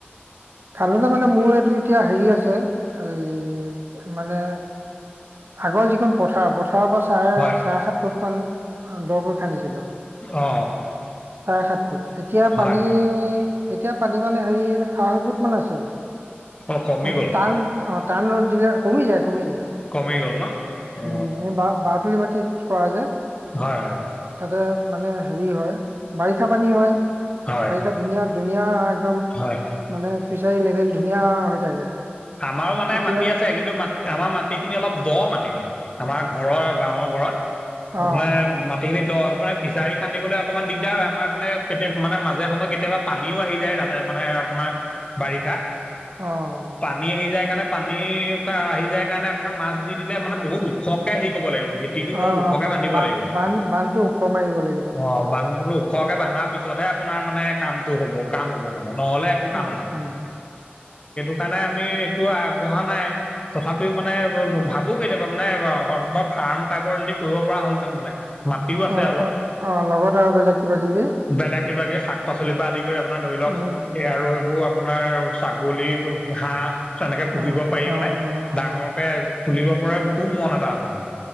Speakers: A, on the right; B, on the left.
A: খান্দোতে মানে মোৰ এইটো এতিয়া হেৰি আছে, এই মানে আগৰ যিখন পথাৰ, পথাৰৰ পৰা চাৰে
B: হয়
A: চাৰে সাত ফুট মান দকৈ খান্দিছিলো।
B: অ
A: চাৰে সাত ফুট, এতিয়া
B: হয়
A: পানী এতিয়া পানী মানে হেৰি, আঢ়ৈ ফুট মান আছে,
B: অ কমি
A: মানে
B: গ'ল
A: তাল অ', টান ৰ'দ দিলে কমি যায়-কমি যায়।
B: কমি গ'ল ন। অ
A: উম, এই বা বাওতুলি মাটিত কৰা যে।
B: হয় হয়
A: তাতে মানে হেৰি হয়, বাৰিষা পানী হয়।
B: হয়
A: বাৰিষা ধুনীয়া- ধুনীয়া একদম
B: হয়
A: মানে ফিচাৰী লেভেল ধুনীয়া হৈ থাকে।
B: আমাৰো মানে
A: এতিয়া
B: মাতি আছ ছে, কিন্তু মানে আমাৰ মাটি খিনি অলপ দ মাটি মানে, আমাৰ ঘৰৰ গাঁৱৰ ঘৰত। মানে
A: অ
B: মা সেইখিনি দ মানে ফিচাৰি খান্দিবলে অকমান দিগদাৰ হয়, আমাৰ এফালে কেতিয়া মানে মাজে সময় কেতিয়াবা পানীও আহি যায় <unintelligible> মানে আপোনাৰ বাৰিষা।
A: অ'।
B: পানী আহি যায় কাৰণে পানীৰ আহি যায় কাৰণে আপোনাৰ মাছ দি দিলে মানে বহুত ওখকে হেৰি কৰিব লাগিব, ভে ভেটিটো
A: অ
B: বহুত
A: অ
B: ওখকে
A: বা-
B: বান্ধিব
A: বা-
B: লাগিব,
A: বান্ধ বান্ধটো ওখ মাৰিব লাগিব
B: অ', বান্ধিব ওখকৈ বান্ধাৰ পিছতহে আপোনাৰ মানে কামটো হ'ব, কাম হ'ব মানে নহ'লে একো
A: অ
B: কাম নাই।
A: অ
B: সেইকাৰনে আমি এইটো আগবঢ়া নাই। তথাপিও মানে ভাৱোঁ কেতিয়াবা মানে শদ <unintelligible> ফাৰ্ম টাইপৰ যদি কৰিব পৰা হল তেন মানে। মাটিও আছে
A: <unintelligible>
B: অলপ
A: অ', লগত আৰু বেলেগ কিবা কিবি।
B: বেলেগ কিবা কিবি, শাক পাচলিৰ পৰা আদি কৰি আপোনাৰ ধৰি লওঁক
A: উম উম
B: এই আৰু
A: উম।
B: এইবোৰ আপোনাৰ ছাগলী হাঁহ তেনেকে পুহিব
A: অ
B: পাৰি
A: অ
B: বেলাই।
A: অ
B: ডাঙৰকে
A: অ
B: খুলিব পৰা খুব মন এটা আছে মোৰ,